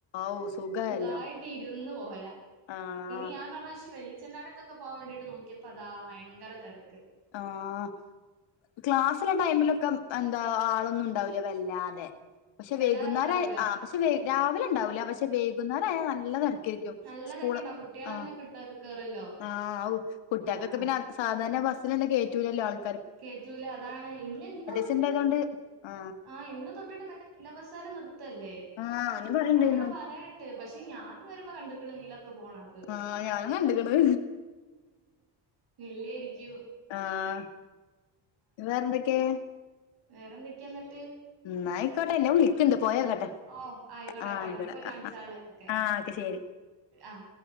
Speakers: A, on the left (about 90°); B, on the right (about 60°).
A: ഔ സുഖായല്ലോ
B: സുഖായിട്ട് ഇരുന്ന് പോരാ
A: ആഹ്
B: പിന്നെ ഞാനൊരാ ശ്യ വല്ല ചന്റ അടക്കൊക്കെ പോവാൻ വേണ്ടിട്ട് നോക്കിയപ്പോതാ ഭയങ്കര തെര
A: ആഹ ക്ലാസ്സിലെ ടൈമിലൊക്കെ എന്താ ആളൊന്നും ഉണ്ടാവില്ല വല്ലാതെ പക്ഷെ
B: വല്ലാതെണ്ടാവൂല
A: വൈകുന്നേരം ആ പക്ഷെ രാവിലെ ഉണ്ടാവൂല പക്ഷെ വേകുന്നേരം ആയാ നല്ലതാ നിക്കും
B: നല്ല
A: സ്‌കൂള്
B: തെരക്കുണ്ടാവും കുട്ട്യാളെന്നെ
A: ആ
B: കിട്ട കേറല്ലോ
A: ആ കുട്ട്യാക്കൊക്കെ
B: ആഹ്
A: പിന്നെ സാധാരണ <unintelligible> കേറ്റൂലല്ലോ ആള്
B: കേറ്റൂല അതാണ് ഇന്ന് ഇന്ന് തൊട്ടിട്ട്
A: സി ഉണ്ടായതുകൊണ്ട് ആ
B: ആഹ് ഇന്ന് തൊട്ടിട്ട് മറ്റേ നിലബസറ് നിർത്തല്ലേ
A: ആ ഓനും പറയണ്ടായിരുന്നു
B: അങ്ങനെ പറയട്ടെ പക്ഷെ ഞാൻ വരുമ്പോ കണ്ട്ക്ക്ണ് ക്കെ പോണത്
A: ആ ഞാനും കണ്ട്ക്ക്ണ്
B: ഇല്ലായിരിക്കും
A: ആഹ് വേറെന്തൊക്കെ
B: വേറെന്തൊക്കെയാ എന്നിട്ട്
A: ന്നായിക്കോട്ടെ എന്നെ വിളിക്കുണ്ട് പോയി നോക്കട്ടെ
B: ഓ ആയിക്കോട്ടെ
A: ആ
B: ആയിക്കോട്ടെ
A: ഇവിടെ
B: എന്നാ പോയി കാണിച്ചാള് ഓക്കെ ആഹ്
A: ശരി
B: ആഹ്